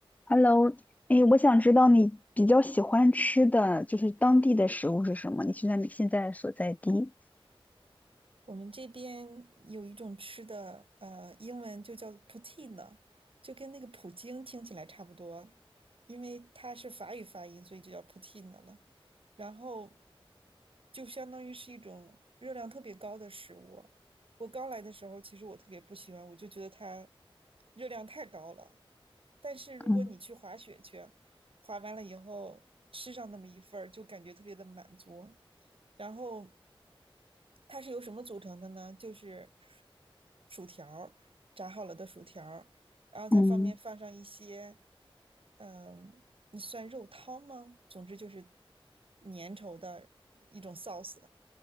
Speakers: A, on the left; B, on the right.
A: Hello，哎，我想知道你比较喜欢吃的就是当地的食物是什么？你现在你现在所在地？
B: 我们这边有一种吃的，呃，英文就叫 poutine，就跟那个普京听起来差不多，因为它是法语发音，所以就叫 poutine 了。然后就相当于是一种热量特别高的食物。我刚来的时候，其实我特别不喜欢，我就觉得它热量太高了。但是如果你去滑雪去，
A: 嗯
B: 滑完了以后吃上那么一份儿，就感觉特别的满足。然后它是由什么组成的呢？就是薯薯条儿炸好了的薯条儿然后再放面放上一些，
A: 嗯，
B: 嗯、那算肉汤吗？总之就是粘稠的一种 sauce，